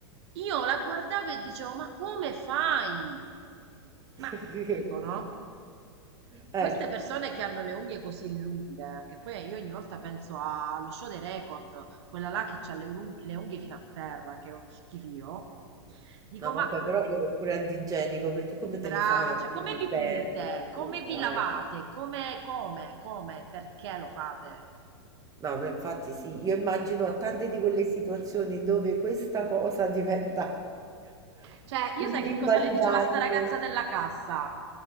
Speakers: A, on the right (about 65°); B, on the right (about 25°).
A: io la guardavo e dicevo: Ma come fai? Ma
B: <laughs>
A: tipo, no?
B: Eh.
A: Queste persone che hanno le unghie così lunghe, che poi io ogni volta penso a- allo show dei record, quella là che ha le, unghie- le unghie fino a terra, che è uno schifio, dico:
B: No, vabbè,
A: Ma
B: però quello è pure antigenico, perché come
A: Brava,
B: te le fai a
A: cioè come
B: pulire
A: vi
B: bene?
A: pulite? Come
B: Scusa,
A: vi lavate?
B: eh.
A: Come, come, come, perché lo fate?
B: No, ma infatti sì, io immagino a tante di quelle situazioni dove questa cosa diventa <laughs>
A: Cioè, io
B: in-
A: sai
B: invalidante.
A: che cosa le diceva sta ragazza della cassa?